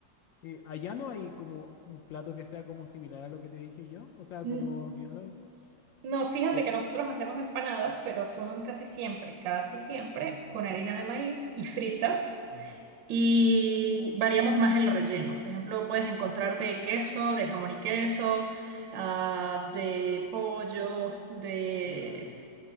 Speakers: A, on the left; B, on the right.
A: Eh, ¿allá no hay como un plato que sea como similar a lo que te dije yo? O sea, como
B: N-
A: quizás...
B: No, fíjate
A: o-
B: que nosotros hacemos empanadas, pero son casi siempre, casi siempre con harina de maíz y fritas.
A: Ajá,
B: Y variamos más el relleno. Por ejemplo, puedes encontrar de queso, de jamón y queso, ah, de pollo, de
A: claro.